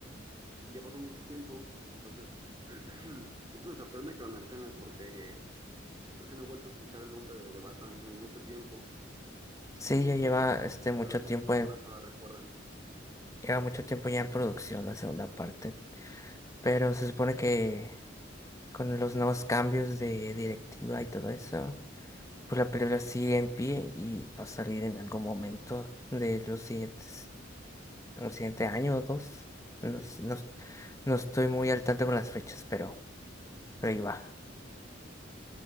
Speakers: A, on the right; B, on the left.
A: y ya pasó mucho tiempo. Entonces, <clears throat> de hecho me sorprende que lo menciones porque creo que no he vuelto a escuchar el nombre de, de Batman en mucho tiempo.
B: Sí,
A: Siento
B: ya lleva
A: que ta-
B: este mucho
A: tal vez muchas
B: tiempo
A: personas
B: en,
A: no la recuerdan.
B: lleva mucho tiempo ya en producción la segunda parte. Pero se supone que con los nuevos cambios de directiva y todo eso, pues la película sigue en pie y va a salir en algún momento de los siguientes, en el siguiente año o dos. No, sé, no, no estoy muy al tanto con las fechas, pero. Pero ahí va.